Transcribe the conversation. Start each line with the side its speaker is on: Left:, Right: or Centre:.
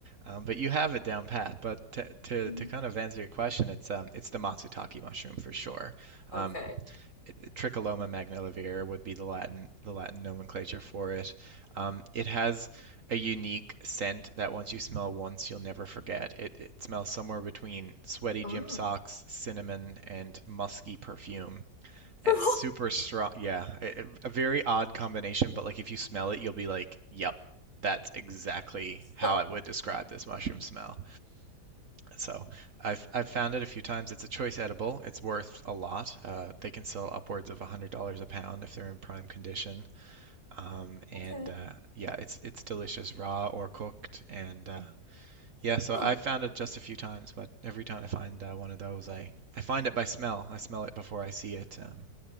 Right: um, but you have it down pat. But to, to,
Left: Mhm.
Right: to kind of answer your question, it's um, it's the matsutake mushroom for sure.
Left: Okay.
Right: Um, Tricholoma magnivelare would be the Latin the Latin nomenclature for it. Um, it has a unique scent that once you smell once, you'll never forget. It it smells somewhere between sweaty
Left: Oh.
Right: gym socks, cinnamon, and musky perfume.
Left: <laughs> For
Right: And it's super strong. Yeah, it, a very odd combination, but like if you smell it, you'll be like, "Yep, that's exactly how
Left: What?
Right: I would describe this mushroom smell." So I've I've found it a few times. It's a choice edible. It's worth a lot. Uh, they can sell upwards of $100 a pound if they're in prime condition. Um, and
Left: Okay.
Right: uh, yeah, it's it's delicious raw or cooked. And uh, yeah, so
Left: Huh.
Right: I found it just a few times, but every time I find uh, one of those, I I find it by smell. I smell it before I see it. Um,